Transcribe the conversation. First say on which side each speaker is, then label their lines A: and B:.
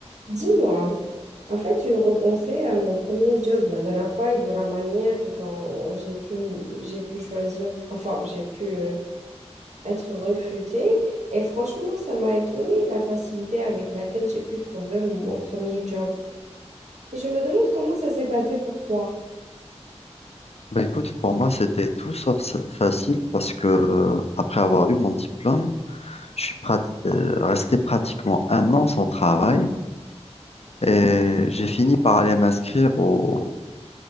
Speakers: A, on the right; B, on the left.
A: Dis-moi, en fait, je repensais à mon premier job la dernière fois et de la manière dont j'ai pu, j'ai pu choisir, enfin, j'ai pu euh, être recrutée. Et franchement, ça m'a étonnée la facilité avec laquelle j'ai pu trouver mon premier job. Et je me demande comment ça s'est passé pour toi.
B: Bah écoute, pour moi, c'était tout sauf sa- facile parce que euh, après avoir eu mon diplôme, je suis prat- euh, resté pratiquement un an sans travail et j'ai fini par aller m'inscrire au